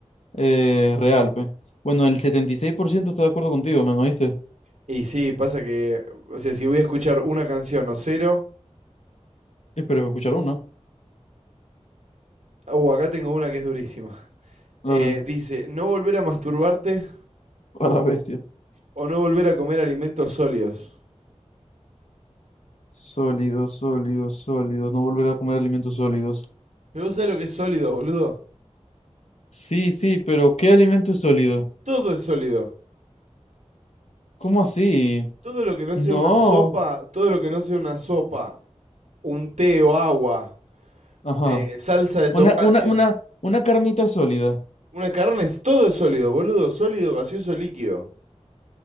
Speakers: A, on the left (about 70°); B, on the right (about 75°).
A: eh, real, pues. Bueno, el 76% está de acuerdo contigo, ¿me oíste?
B: Y sí, pasa que, o sea, si voy a escuchar una canción o cero,
A: Espero escuchar una.
B: uh, acá tengo una que es durísima.
A: A
B: Eh,
A: ver,
B: dice, no volver a masturbarte
A: <laughs> a la bestia.
B: o no volver a comer alimentos sólidos.
A: Sólidos, sólidos, sólidos. No volver a comer alimentos sólidos.
B: Pero vos sabés lo que es sólido, boludo.
A: Sí, sí, pero ¿qué alimento es sólido?
B: Todo es sólido.
A: ¿Cómo así?
B: Todo lo que no
A: No.
B: sea una sopa, todo lo que no sea una sopa, un té o agua,
A: Ajá.
B: eh, salsa de tomate,
A: Una, una, una, una carnita sólida.
B: una carne, es todo es sólido, boludo. Sólido, gaseoso, líquido.